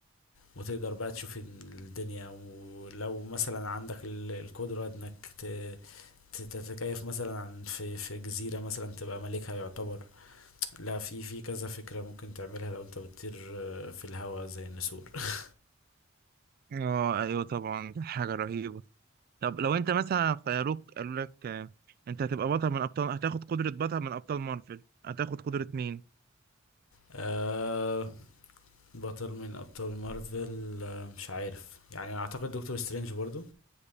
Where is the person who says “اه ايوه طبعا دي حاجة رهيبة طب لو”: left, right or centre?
Right